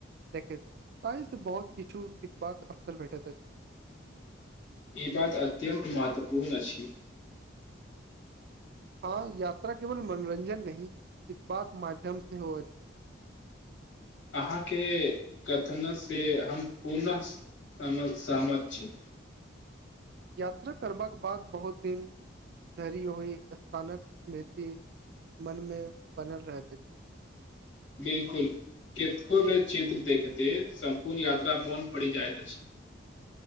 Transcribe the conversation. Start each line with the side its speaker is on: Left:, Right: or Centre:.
Right: देखैत छी ताहिसँ बहुत किछु सिखबाक अवसर भेटैत अछि
Left: ई बात अत्यन्त महत्वपूर्ण अछि
Right: हँ यात्रा केवल मनोरंजन नहिं सिखबाक माध्यम से होअ छै
Left: अहाँके कथनसँ हम पुनः सहमत छी
Right: यात्रा करबाक बाद बहुत दिन धरि ओहहि स्थानक स्मृति मनमे बनल रहैत अछि
Left: बिलकुल कतको बेर चित्र देखते सम्पूर्ण यात्रा मोन पड़ि जाइत अछि